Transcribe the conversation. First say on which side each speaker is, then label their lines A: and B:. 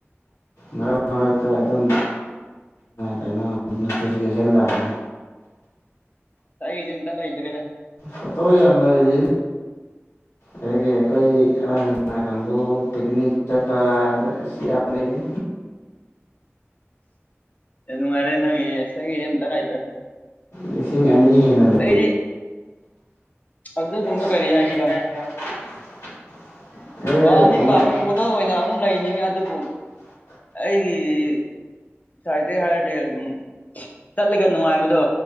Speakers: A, on the left; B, on the left.
A: ꯃꯔꯛ ꯃꯔꯛꯇ ꯑꯗꯨꯝ ꯀꯩꯅꯣ ꯅꯣꯇꯤꯐꯤꯀꯦꯁꯟ ꯂꯥꯛꯑꯦ
B: ꯁꯗꯤꯟꯇ ꯍꯥꯏꯗꯔꯗ
A: ꯐꯇꯣ ꯌꯥꯝꯅꯒꯔꯤ ꯑꯗꯒꯤ ꯑꯩꯈꯣꯏ ꯑꯖꯅꯥ ꯀꯥꯡꯕꯨ ꯄꯤꯛꯅꯤꯛ ꯆꯠꯄ ꯍꯅꯦꯦ
B: ꯅꯨꯡꯉꯔꯦ ꯅꯪꯁꯒꯤꯔꯤ ꯇꯔ ꯍꯥꯏꯥꯏꯇ꯭ꯔ
A: ꯂꯤꯁꯤꯡ ꯑꯅꯤ ꯍꯦꯟꯅ ꯂꯩꯦ
B: ꯑꯩꯗꯤ ꯑꯗꯨꯒꯨꯝꯕ
A: ꯄ
B: ꯀꯔꯤ ꯍꯥꯏꯁꯤꯔꯥ
A: ꯀꯁꯤ
B: ꯄꯥꯝꯗꯤ ꯄꯥꯝꯃꯦ ꯐꯣꯇꯣ
A: ꯑꯩ
B: ꯑꯣꯏꯅ ꯑꯃꯨꯛ ꯂꯩꯅꯤꯡꯉꯦ ꯑꯗꯨꯕꯨ ꯑꯩꯒꯤ ꯉꯥꯏꯇꯩ ꯍꯥꯏꯔꯗꯤ ꯑꯗꯨꯝ ꯆꯠꯂꯒ ꯅꯨꯡꯉꯥꯏꯕꯗꯣ